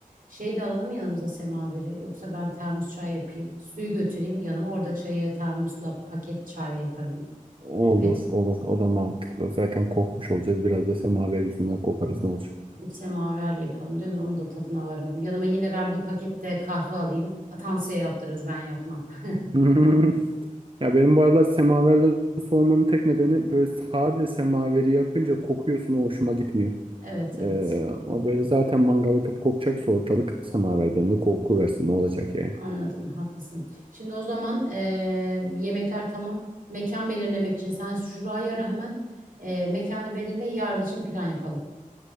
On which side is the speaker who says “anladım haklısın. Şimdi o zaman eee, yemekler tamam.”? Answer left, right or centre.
Right